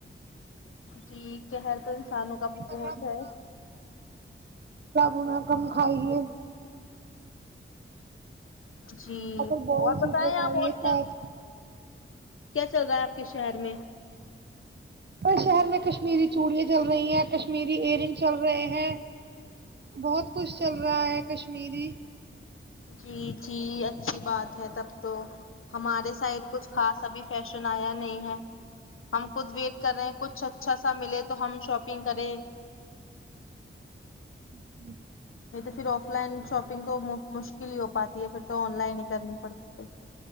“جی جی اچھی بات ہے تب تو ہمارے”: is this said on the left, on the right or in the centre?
Left